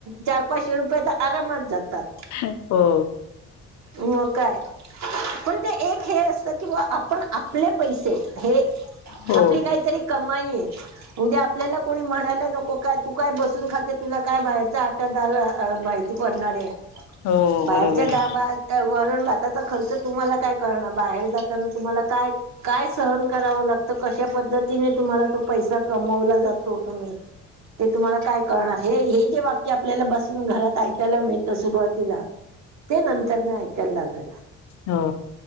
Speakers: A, on the right; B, on the left.
A: चार पाचशे रुपये तर आरामात जातात.
B: हो.
A: हो काय पण ते एक हे असत की बा आपण आपले पैसे हे
B: हो
A: आपली काहीतरी कमाई ये. उद्या आपल्याला कोणी म्हणायला नको काय तू काय बसून खाते तुला काय बाहेरचं माहिती पडणारे
B: हो
A: बाहेरच्या
B: बरोबर
A: दाबा
B: आहे
A: वरून त्याचा खर्च तुम्हाला काय कळणार, बाहेर जाताना तुम्हाला काय काय सहन करावं लागतं कश्या पद्धतीने तुम्हाला तो पैसा कमवला जातो तुम्ही ते तुम्हाला काय कळणार, हे हे जे वाक्य आपल्याला बसून घरात ऐकायला मिळ त सुरुवातीला ते नंतरन ऐकायला लागल.
B: हो.